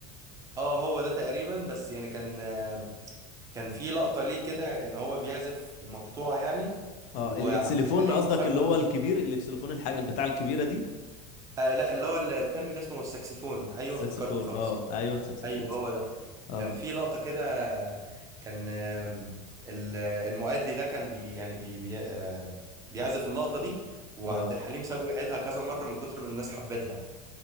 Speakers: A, on the right; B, on the left.
A: اه هو ده تقريبا بس يعني كان آه، كان في لقطه ليه كده كان هو بيعزف مقطوعه يعني
B: اه
A: وعبد
B: الاكسليفون
A: الحليم
B: قصدك
A: سابه
B: اللي هو الكبير الاكسليفون الحاجة بتاع الكبيرة دي
A: آه لا اللي هو التاني اللي اسمه الساكسفون ايوه
B: الساكسفون
A: افتكرته خلاص
B: اه ايوه ساكسفون
A: ايوه
B: صح
A: هو ده
B: اه
A: كان في لقطة كده كان آم، ال- المؤدي ده كان بي يعني بي بي آه، بيعزف اللقطة دي وعبد
B: اه
A: الحليم سابه يعيدها كذا مرة من كتر ما الناس حبتها